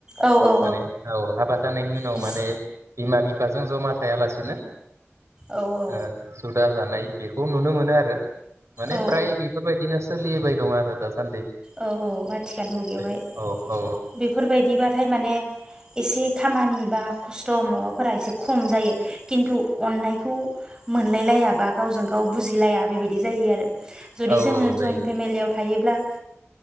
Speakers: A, on the right; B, on the right.
A: औ औ
B: माने औ हाबा जानायनि उनाव
A: बिस
B: माने बिमा बिफा जों जमा थायालासिनो
A: औ औ
B: ओ जुदा जानाय बेखौ नुनो मोनो आरो माने
A: औ
B: फ्राय बेफोरबायदिनो सोलिबाय दं आरो दा दासान्दि
A: औ औ आथिखाल मुगायावहाय
B: बे औ औ
A: बेफोरबायदिबाथाय माने एसे खामानि बा खस्थ' माबाफोरा एसे खम जायो खिन्थु अननायखौ मोनलायलाया बा गावजों गाव बुजिलाया बेबायदि जायो आरो जुदि
B: औ
A: जोङो
B: औ जायो
A: जयइन्ट फेमिलियाव थायोब्ला